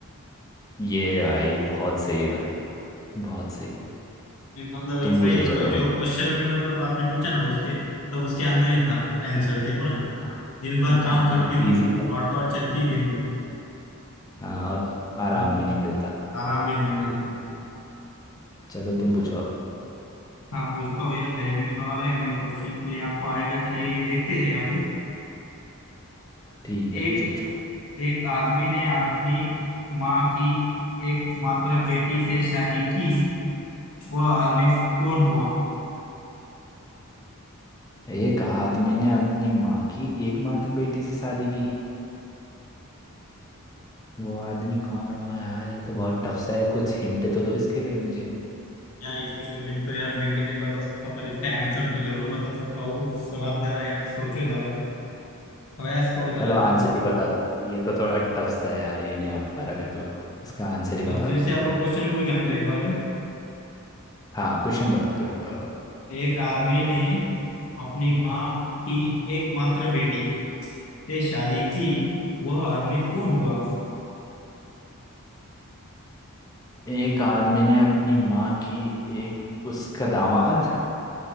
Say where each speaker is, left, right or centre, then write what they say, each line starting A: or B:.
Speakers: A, on the left (about 15°); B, on the left (about 80°).
A: ये भाई बहुत सही है भाई बहुत सही
B: ये मतलब इसमें
A: तुम पूछो चलो
B: जो
A: अब
B: क्वेश्चन में मतलब आपने पूछा ना उसके मतलब उसके अंदर ही था आंसर देखो ना
A: <laughs>
B: दिन भर काम
A: हाँ
B: करती
A: हाँ
B: हूँ
A: इजी था ये।
B: और तो और चलती भी हूँ
A: हाँ और आराम
B: हम्म,
A: भी नहीं मिलता
B: आराम भी नहीं मिलता
A: चलो तुम पूछो अब
B: हाँ पूछता हूँ यार ध्यान में तो आ रहा है मेरे क्वेश्चन को ये आपको आएगा कि नहीं ये देखते हैं अभी
A: ठीक है
B: एक
A: पूछो पूछो
B: एक आदमी ने अपनी माँ की एकमात्र बेटी से शादी की वह आदमी कौन हुआ
A: एक आदमी ने अपनी माँ की एकमात्र बेटी से शादी की वो आदमी कौन हुआ यार ये तो बहुत टफ सा है कुछ हिंट तो दो इसके लिए मुझे
B: यार इसकी क्वेश्चन तो यार मैं भी नहीं बता सकता पर इसका आंसर तो जरूर बता सकता हूँ और आप जरा यार सोचो जरा प्रयास करो जरा
A: चलो आंसर
B: बाल मतलब
A: ही बता दो ये तो थोड़ा टफ सा है यार ये नहीं आ पा रहा मेरे को इसका आंसर ही बता
B: अ, फिर
A: दो
B: से
A: तुम
B: आपको क्वेश्चन बोलूंगा नहीं तो एक बार में
A: हाँ क्वेश्चन बता दो एक बार और
B: एक आदमी ने अपनी माँ की एकमात्र बेटी से शादी की वह आदमी कौन हुआ
A: एक आदमी ने अपनी माँ की एक उसका दामाद